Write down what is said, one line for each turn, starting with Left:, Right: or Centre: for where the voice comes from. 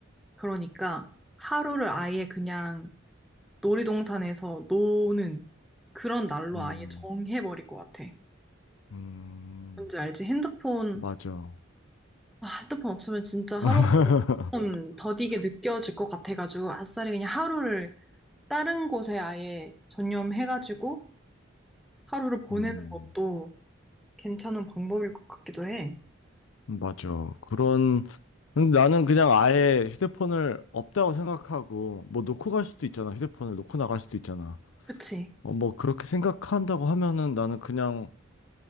Centre: 그러니까 하루를 아예 그냥 놀이동산에서 노는 그런 날로
Left: 음,
Centre: 아예 정해버릴 것 같아.
Left: 음,
Centre: 뭔지 알지? 핸드폰
Left: 맞아.
Centre: 아, 핸드폰 없으면 진짜 하루
Left: <laughs>
Centre: 좀 더디게 느껴질 것 같아가지고 아싸리 그냥 하루를 다른 곳에 아예 전념해가지고 하루를 보내는
Left: 음,
Centre: 것도 괜찮은 방법일 것 같기도 해.
Left: 맞아. 그런, 근데 나는 그냥 아예 휴대폰을 없다고 생각하고, 뭐 놓고 갈 수도 있잖아. 휴대폰을 놓고 나갈 수도 있잖아.
Centre: 그치?
Left: 어, 뭐 그렇게 생각한다고 하면은 나는 그냥,